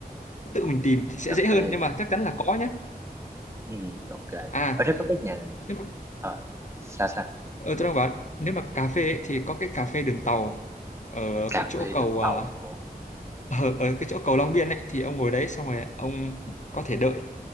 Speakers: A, on the left (about 50°); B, on the right (about 15°).
A: tự mình tìm thì sẽ
B: cà
A: dễ hơn
B: phê
A: nhưng mà chắc chắn là có nhé
B: Ừ, ok.
A: à
B: Ở đó có cái nhà
A: nếu mà
B: ờ sao sao?
A: ờ, tôi đang bảo nếu mà cà phê ấy, thì có cái cà phê đường tàu ở
B: Cà
A: cái chỗ
B: phê
A: cầu
B: đường tàu.
A: à,
B: Ồ.
A: ở, ở cái chỗ cầu Long Biên ấy thì ông ngồi đấy xong rồi ông có thể đợi